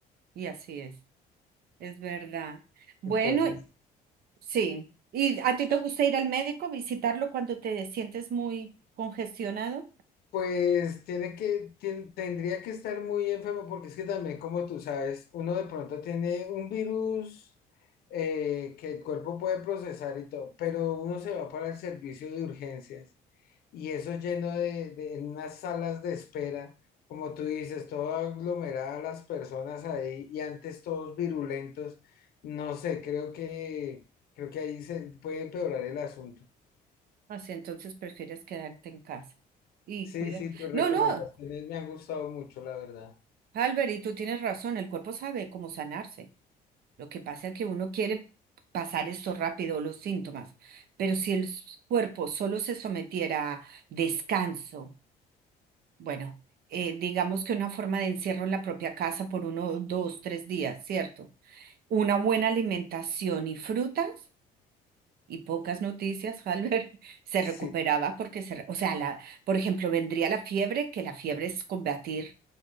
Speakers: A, on the right; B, on the left.
A: y así es, es verdad. Bueno,
B: Entonces,
A: Sí. ¿Y a ti te gusta ir al médico, visitarlo cuando te sientes muy congestionado?
B: Pues tiene que, tien- tendría que estar muy enfermo porque es que también, como tú sabes, uno de pronto tiene un virus eh, que el cuerpo puede procesar y todo, pero uno se va para el servicio de urgencias y eso lleno de, de en unas salas de espera, como tú dices, todo aglomerada las personas ahí y antes todos virulentos, no sé, creo que, creo que ahí se puede empeorar el asunto.
A: Así entonces prefieres quedarte en casa y
B: Sí,
A: cuidar.
B: sí, tus recomendaciones
A: No, no,
B: me han gustado mucho, la verdad.
A: Albert, y tú tienes razón, el cuerpo sabe cómo sanarse. Lo que pasa es que uno quiere pasar esto rápido, los síntomas, pero si el s- cuerpo solo se sometiera a descanso, bueno, eh, digamos que una forma de encierro en la propia casa por uno, dos, tres días, ¿cierto? Una buena alimentación y frutas. y pocas noticias, Halber, <laughs> se
B: Sí,
A: recuperaba porque se, re- o sea, la, por ejemplo, vendría la fiebre, que la fiebre es combatir,